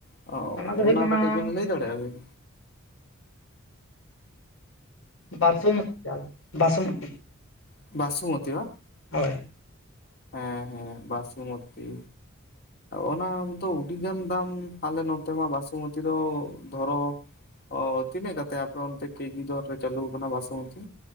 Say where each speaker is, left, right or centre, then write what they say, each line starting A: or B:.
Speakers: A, on the left; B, on the left.
A: ᱚ
B: ᱫᱚ ᱦᱩᱭᱩᱜ
A: ᱚᱱᱟ
B: ᱠᱟᱱᱟ
A: ᱠᱟᱹᱴᱤᱡ ᱵᱤᱱ ᱞᱟᱹᱭ ᱫᱟᱲᱮᱭᱟᱜᱼᱟ ᱵᱤᱱ?
B: ᱵᱟᱥᱚᱢᱚᱛᱤ ᱪᱟᱞ ᱵᱟᱥᱚᱢᱚᱛᱤ,
A: ᱵᱟᱥᱩᱢᱚᱛᱤ ᱵᱟᱝ?
B: ᱦᱳᱭ,
A: ᱦᱩᱸ ᱦᱩᱸ ᱵᱟᱥᱩᱢᱚᱛᱤ ᱚᱱᱟ ᱫᱚ ᱩᱰᱤᱜᱟᱱ ᱫᱟᱢ ᱟᱞᱮ ᱱᱚᱛᱮ ᱢᱟ ᱵᱟᱥᱚᱢᱚᱛᱤ ᱫᱚ ᱫᱷᱚᱨᱚ ᱚ ᱛᱤᱱᱟᱹᱜ ᱠᱟᱛᱮ ᱟᱯᱮ ᱚᱱᱛᱮ ᱠᱮᱡᱤ ᱫᱚᱨ ᱨᱮ ᱪᱟᱞᱩ ᱠᱟᱱᱟ ᱵᱟᱥᱢᱚᱛᱤ?